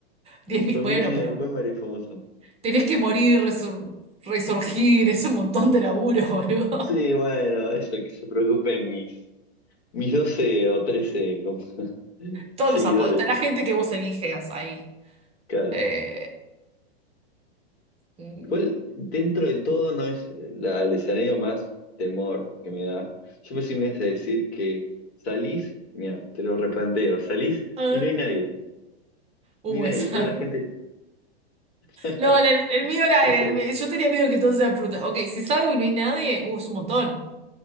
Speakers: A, on the right; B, on the left.
A: 10.000
B: dos
A: Bueno,
B: mil años
A: pero
B: después me haría famoso.
A: tenés que morir, resur- resurgir, es un montón de laburo, <laughs> boludo.
B: Sí, bueno, eso que se preocupen mis, mis 12 o 13 como <laughs>
A: Todos
B: seguidores,
A: los apodos, la gente que vos eliges ahí.
B: claro.
A: Eh, mm,
B: Igual, dentro de todo, no es eh, la- el escenario más temor que me da. Yo pensé que me ibas a decir que salís, mira, te lo replanteo, salís
A: a ver.
B: y no hay nadie,
A: Uh,
B: no hay nadie,
A: esa.
B: toda la gente <laughs>
A: No, el, el mío era,
B: desa-
A: el- el mío- yo tenía miedo que todos sean frutas. Ok, si salgo y no hay nadie, uh, es un montón.